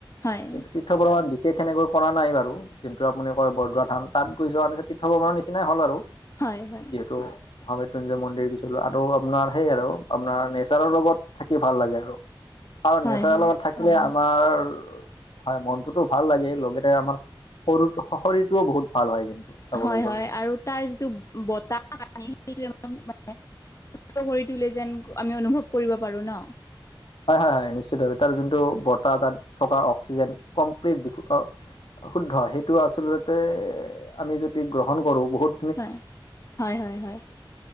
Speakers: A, on the left; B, on the left.
A: হয়
B: কিন্তু তীৰ্থ ভ্ৰমণ বিশেষ সেনেকৈ কৰা নাই বাৰু, যোনটো আপুনি কয় বৰদোৱা থান, তাত গৈ যোৱাৰ পিছত তীৰ্থভ্ৰমণৰ নিচিনাই হ'ল আৰু।
A: হয়', হয়'
B: যিহেতু মহামৃত্যুঞ্জয় মন্দিৰ গৈছিলোঁ, আৰু আপোনাৰ সেই আৰু আপোনাৰ নেচাৰৰ লগত থাকি ভাল লাগে আৰু কাৰণ
A: হয়
B: নেচাৰৰ
A: হয়
B: লগত থাকিলে আমাৰ হয়, মনটোতো ভাল লাগে লগে তে আমাৰ সৰু শৰীৰটোও বহুত ভাল হয় কিন্তু চাবলৈ
A: হয়',
B: গ'লে
A: হয়' আৰু তাৰ যিটো বতাহ <inaudible> সেই মানে সুস্থ কৰি তোলে যেন আমি অনুভৱ কৰিব পাৰোঁ ন?
B: হয়' হয়' হয়' নিশ্চিত ভাৱে তাৰ যোনটো বতাহ তাত থকা অক্সিজেন কমপ্লিট শুদ্ধ, সেইটো আচলতে আমি যদি গ্ৰহণ কৰোঁ বহুত
A: হয়', হয়' হয়' হয়'